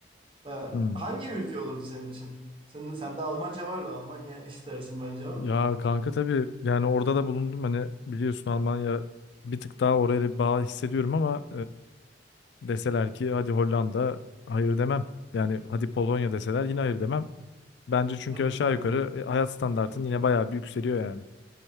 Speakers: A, on the right; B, on the left.
A: Ha,
B: Hmm.
A: hangi ülke olurdu senin için? Senin, sende Almanca vardı. Almanya <laughs> istersin bence ama.
B: Ya kanka tabii yani orada da bulundum hani biliyorsun Almanya bir tık daha oraya bir bağ hissediyorum ama e, deseler ki hadi Hollanda hayır demem. Yani hadi Polonya deseler yine hayır demem. Bence çünkü
A: Hı,
B: aşağı
A: tabii.
B: yukarı e, hayat standartın yine bayağı bir yükseliyor yani.